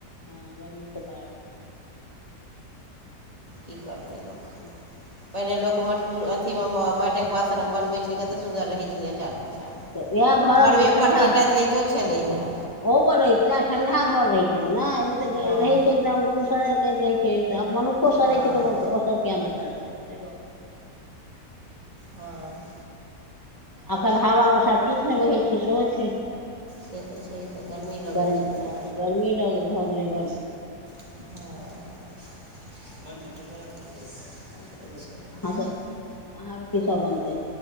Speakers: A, on the left; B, on the right.
A: हँ, गर्मी तँ खराब होइ छै।
B: की करतै लोक
A: ठीक
B: पहिने लोक मटकुरमे, अथीमे माटिक बासनमे बनबैत छलै, कतेक सुन्दर रहैत छलै अँचल। अच्छा,
A: तऽ उएह घरक
B: मड़बेमे
A: ठण्ढा
B: दिन राति रहिते छलै हे।
A: ओहो पर रहैत छलै आ ठंडा घर रहैत छलै ने, एहिमे तँ
B: हँ
A: एकदम गुमसुम रहैत छै। मनुखो सड़ै
B: हँ
A: छै, तऽ ओ सभ कियाक नहि सड़तै, से गप छै।
B: हँ
A: एखन हवा वह किछु नहि बहै छै, सेहो छै।
B: से तँ छै, गरमी लगैत
A: गर्मी
B: छै ने।
A: गर्मी लग भऽ गेलै बस
B: हँ
A: अहाँके
B: से छै
A: अहाँके की सभ बनतै